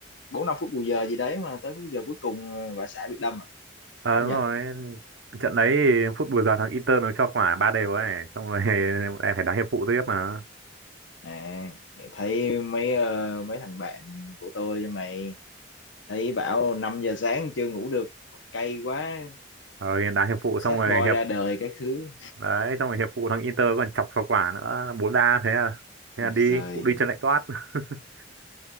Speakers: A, on the left; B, on the right.
A: 4 5 phút bù giờ gì đấy mà tới phút giờ cuối cùng ờ, bà xã bị đâm à?
B: ờ
A: Phải
B: đúng
A: không nhỉ?
B: rồi, trận đấy thì phút bù giờ thằng Inter nó cho quả ba đều ấy, xong rồi <laughs> em phải đá hiệp phụ tiếp mà.
A: À, thấy mấy ờ, mấy thằng bạn của tôi trong này thấy bảo 5 giờ sáng chưa ngủ được, cay quá,
B: Ờ, đá hiệp phụ
A: sad
B: xong rồi
A: boy
B: hiệp,
A: ra đời các thứ
B: đấy, xong rồi hiệp phụ thằng Inter còn chọc vào quả nữa, bốn đa thế à, thế
A: Ui
B: là đi,
A: giời.
B: cụ đi chân lạnh toát. <laughs>